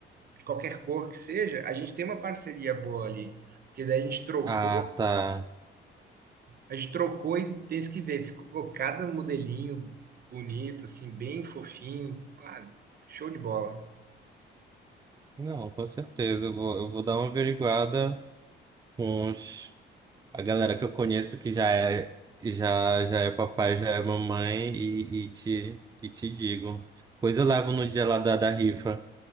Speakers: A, on the right; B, on the right.
A: de qualquer cor que seja, a gente tem uma parceria boa ali. Porque daí a gente trocou,
B: Ah, tá.
A: a gente trocou e tem isso que ver, ficou cada modelinho bonito, assim, bem fofinho, pá, show de bola.
B: Não, com certeza. Eu vou, eu vou dar uma averiguada com os, a galera que eu conheço que já é, já, já é papai, já é mamãe e, e te, e te digo. Coisa eu levo no dia lá da, da rifa.